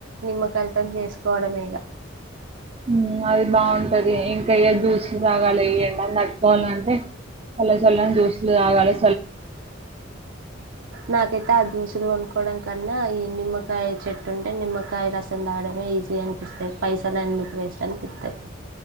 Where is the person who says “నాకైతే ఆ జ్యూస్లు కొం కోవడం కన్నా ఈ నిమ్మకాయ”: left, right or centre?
Right